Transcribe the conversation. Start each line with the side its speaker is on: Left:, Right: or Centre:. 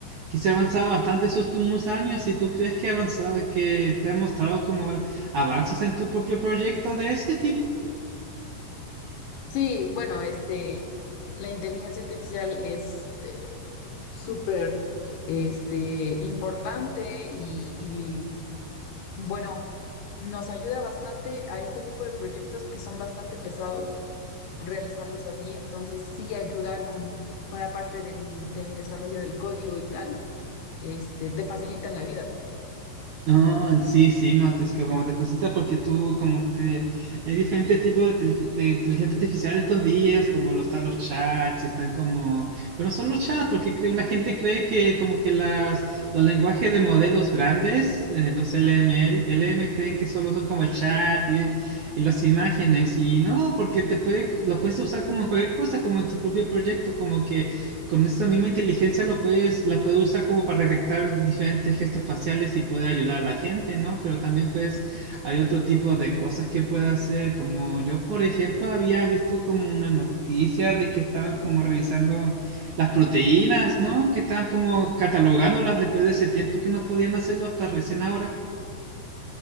Right: que se ha avanzado bastante esos últimos años. ¿Y tú crees que ha avanzado, que te ha mostrado como avances en tu propio proyecto de ese tipo?
Left: Sí, bueno, este, la inteligencia artificial es eh, súper este, importante y, Bueno, nos ayuda bastante a este tipo de proyectos que son bastante pesados realizarlos así, entonces sí ayuda con, con la parte del, del desarrollo del código y tal, este, te facilitan la vida.
Right: Ah, sí, sí, no, te, es que como te facilita porque tú, como te, hay diferentes tipos de, telifi- de inteligencia artificial estos días, como lo están los chats, están como, pero no son los chats, porque cree- la gente cree que como que las, los lenguajes de modelos grandes, eh, los LML, LM creen que solo son como el chat y, y las imágenes, y no, porque te puede, lo puedes usar como en cualquier cosa, como en tu propio proyecto, como que con esa misma inteligencia lo puedes, la puedes usar como para detectar diferentes gestos faciales y poder ayudar a la gente, ¿no? Pero también pues hay otro tipo de cosas que puede hacer, como yo por ejemplo había visto como una noticia de que estaban como revisando las proteínas, ¿no? Que estaban como catalogándolas después de ese tiempo que no podían hacerlo hasta recién ahora.